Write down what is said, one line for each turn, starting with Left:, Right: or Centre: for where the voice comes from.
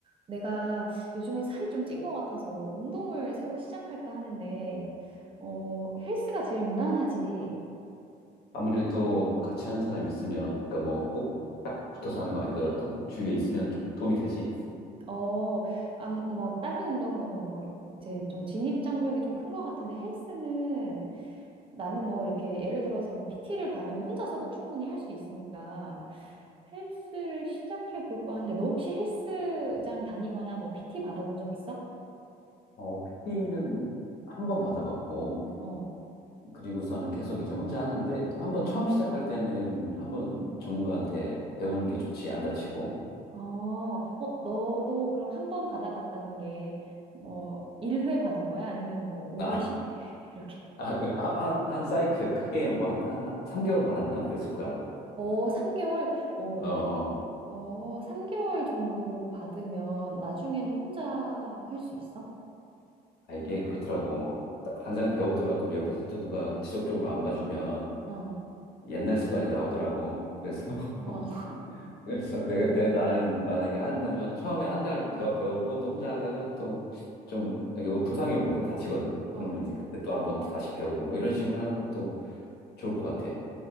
Right: 내가 요즘에 살이 좀 찐 것 같아서 운동을 새로 시작할까 하는데, 어, 헬스가 제일 무난하지.
Left: 아무래도 같이 하는 사람이 있으면, 그러니까 뭐 꼭 딱 붙어서 하는 거 아니더라도 주위에
Right: 응.
Left: 있으면 좀 도움이 되지.
Right: 어, 안, 뭐, 다른 운동은 뭐, 이제 좀 진입장벽이 좀 큰 것 같은데 헬스는 나는 뭐 이렇게 예를 들어서 뭐 PT를 받으면 혼자서도 충분히 할 수 있으니까 헬스를 시작해 볼까 하는데 너 혹시 헬스장 다니거나 뭐 PT 받아본 적 있어?
Left: 어, 피 t 는 한 번 받아봤고,
Right: 어,
Left: 그리고서는 계속 이제 혼자 하는데, 한
Right: 어.
Left: 번 처음 시작할 때는 한 번
Right: 어.
Left: 전문가한테 배우는 게 좋지, 안 다치고.
Right: 어, 어, 너도 그럼 한 번 받아봤다는 게, 뭐, 1회 받은 거야? 아니면 뭐, 5회,
Left: 나,
Right: 10회? <laughs> 이렇게.
Left: 아, 그, 한, 한, 한 사이클 크게 뭐 한, 한, 삼 3개월 받았나? 그랬을 거야, 아마.
Right: 어, 3개월? 어,
Left: 어, 어.
Right: 그, 어, 3개월 정도 받으면 나중에는 혼자 할 수 있어?
Left: 아, 이게 그렇더라고. 딱 당장 배우더라도 옆에서 또 누가 지속적으로 안 봐주면
Right: 어,
Left: 옛날 습관이 나오더라고. 그래서 <laughs>
Right: 어,
Left: 그래서 내가, 내, 나는 만약에 한다면 처음에 한 달 배워, 배우고 또 혼자 하다가 또 좀 이게 뭐 부상이 오거든 다치거든 그러면
Right: <laughs> 어.
Left: 이제 그때 또 한번 또 다시 배우고 뭐 이런 식으로 하는 것도 좋을 것 같아.